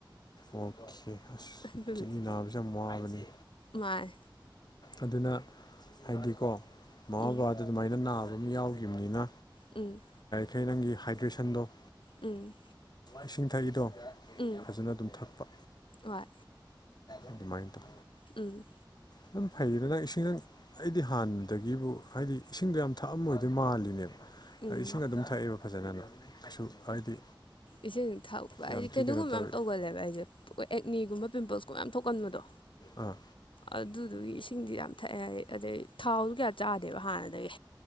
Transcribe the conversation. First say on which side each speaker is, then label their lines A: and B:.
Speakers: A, on the left; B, on the left.
A: ꯑꯣꯀꯦ ꯑꯁ
B: ꯑꯗꯨꯒꯤ
A: ꯆꯤꯅꯤ ꯅꯥꯕꯁꯦ ꯌꯥꯝ ꯋꯥꯕꯅꯤ
B: ꯃꯥꯅꯦ
A: ꯑꯗꯨꯅ ꯍꯥꯏꯗꯤꯀꯣ ꯃꯃꯥ
B: ꯎꯝ
A: ꯕꯕꯥꯗ ꯑꯗꯨꯃꯥꯏꯅ ꯅꯥꯕ ꯑꯃ ꯌꯥꯎꯈꯤꯕꯅꯤꯅ
B: ꯎꯝ
A: ꯑꯩ ꯅꯪꯒꯤ ꯍꯥꯏꯗ꯭ꯔꯦꯁꯟꯗꯣ
B: ꯎꯝ
A: ꯏꯁꯤꯡ ꯊꯛꯏꯗꯣ
B: ꯎꯝ
A: ꯐꯖꯅ ꯑꯗꯨꯝ ꯊꯛꯄ
B: ꯍꯣꯏ
A: ꯑꯗꯨꯃꯥꯏꯅ ꯇꯧ
B: ꯎꯝ
A: ꯑꯗꯨꯝ ꯐꯩꯗ ꯅꯪ ꯏꯁꯤꯡ ꯅꯪ ꯑꯩꯗꯤ ꯍꯥꯟꯅꯗꯒꯤꯕꯨ ꯍꯥꯏꯗꯤ ꯏꯁꯤꯡꯗꯣ ꯌꯥꯝ ꯊꯛꯑꯝꯃꯣꯏꯗꯣꯏ ꯃꯥꯜꯂꯤꯅꯦꯕ
B: ꯎꯝ
A: ꯏꯁꯤꯡ ꯑꯗꯨꯝ ꯊꯛꯑꯦꯕ ꯐꯖꯅ ꯀꯩꯁꯨ ꯍꯥꯏꯗꯤ
B: ꯏꯁꯤꯡ ꯊꯥꯛꯄ
A: ꯌꯥꯝ
B: ꯍꯥꯏꯗꯤ
A: ꯊꯤ
B: ꯀꯩꯗꯒꯨꯝꯕ
A: ꯀꯩꯅꯣ ꯇꯧꯋꯦ
B: ꯑꯃ ꯇꯧꯒꯜꯂꯦꯕ ꯑꯩꯁꯦ ꯑꯦꯛꯅꯤꯒꯨꯝꯕ ꯄꯤꯝꯄꯜꯁꯀꯨꯝꯕ ꯃꯌꯥꯝ ꯊꯣꯛꯀꯟꯕꯗꯣ
A: ꯑꯥ
B: ꯑꯗꯨꯗꯨꯒꯤ ꯏꯁꯤꯡꯗꯤ ꯌꯥꯝ ꯊꯛꯑꯦ ꯑꯗꯩ ꯊꯥꯎꯗꯣ ꯀꯌꯥ ꯆꯥꯗꯦꯕ ꯍꯥꯟꯅꯗꯒꯤ